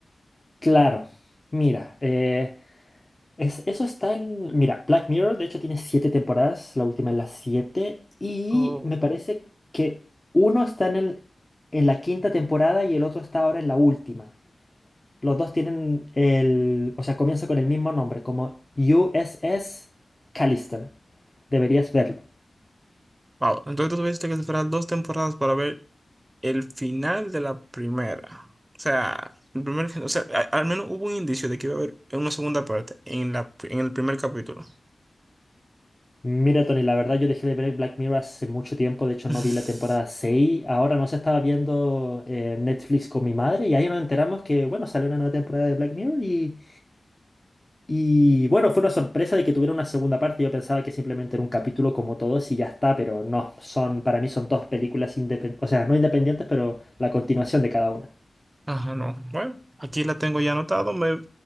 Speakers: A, on the left (about 25°); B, on the right (about 30°).
A: Claro, mira, eh, es, eso está en... Mira, Black Mirror de hecho tiene siete temporadas, la última es la siete, y
B: Oh,
A: me parece que uno está en el, en la quinta temporada y el otro está ahora en la última. Los dos tienen el, o sea, comienza con el mismo nombre, como USS Callister. Deberías verlo.
B: wow. Entonces tú tuviste que esperar dos temporadas para ver el final de la primera. O sea, el primer, o sea, a- al menos hubo un indicio de que iba a haber una segunda parte en la, en el primer capítulo.
A: Mira, Tony, la verdad yo dejé de ver Black Mirror hace mucho tiempo, de hecho
B: <laughs>
A: no vi la temporada 6. ahora no se estaba viendo eh, Netflix con mi madre y ahí nos enteramos que, bueno, salió una nueva temporada de Black Mirror y, y bueno, fue una sorpresa de que tuviera una segunda parte, yo pensaba que simplemente era un capítulo como todos y ya está, pero no, son, para mí son dos películas independientes, o sea, no independientes, pero la continuación de cada una.
B: Ajá, no. Bueno, aquí la tengo ya anotado. Me,